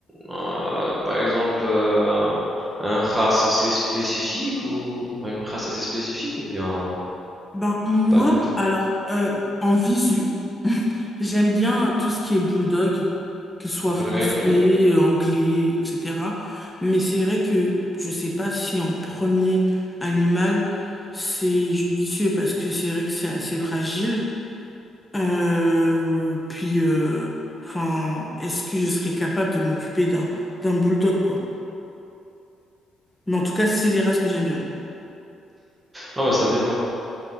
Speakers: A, on the right (about 15°); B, in the centre.
A: à, par exemple, euh, à un race assez spécifique ou à une race assez spécifique ou bien
B: Ben, moi,
A: pas du tout?
B: alors, euh, en visu, j'aime bien euh, tout ce qui est bulldog, que ce soit
A: Ouais.
B: français, euh, anglais, etc. Mais c'est vrai que je sais pas si en premier animal, c'est judicieux parce que c'est vrai que c'est assez fragile. Euh, puis, euh, enfin, est-ce que je serais capable de m'occuper d'un d'un bulldog, quoi? Mais en tout cas, c'est les races que j'aime bien.
A: Non, mais ça dépend.